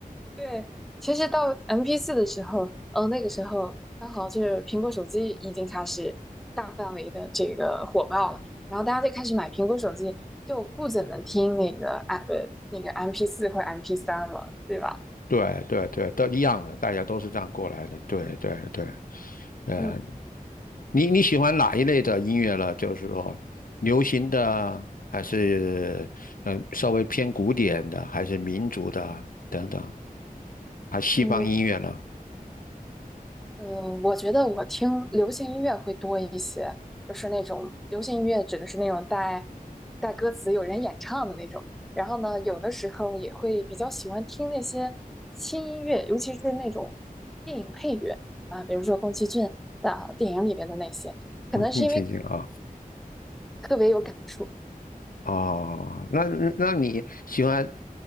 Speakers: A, in the centre; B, on the left (about 70°).
A: 对，其实到 m p 四的时候，呃，那个时候刚好就是苹果手机已经开始大范围的这个火爆了，然后大家就开始买苹果手机，就不怎么听那个 M 呃那个 m p 四或 m p 三了，对吧？
B: 对对对，都一样的，大家都是这样过来的。对对对，呃，
A: 嗯
B: 你你喜欢哪一类的音乐了？就是说，流行的，还是嗯，稍微偏古典的，还是民族的等等，还西方音乐呢？
A: 嗯，嗯，我觉得我听流行音乐会多一些，就是那种流行音乐指的是那种带带歌词、有人演唱的那种。然后呢，有的时候也会比较喜欢听那些轻音乐，尤其是那种电影配乐啊，比如说宫崎骏的电影里边的那些，可能是因为
B: 更清醒啊。
A: 特别有感触，
B: 哦，那那你喜欢，